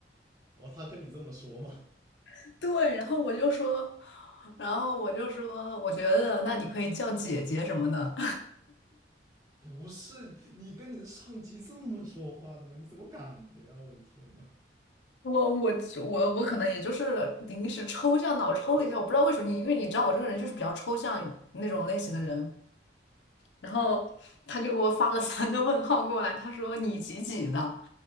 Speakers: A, on the right; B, on the left.
A: 哦，他跟你这么说吗？
B: <laughs> 对，然后我就说，然后我就说，我觉得那你可以叫姐姐什么的。
A: 不是你跟你的上级这么说话的吗？你怎么敢的呀？我的天呐，
B: 我我我我可能也就是临时抽象脑抽了一下，我不知道为什么你，因为你知道我这个人就是比较抽象那种类型的人，然后他就给我发了三个问号过来，他说你几几的，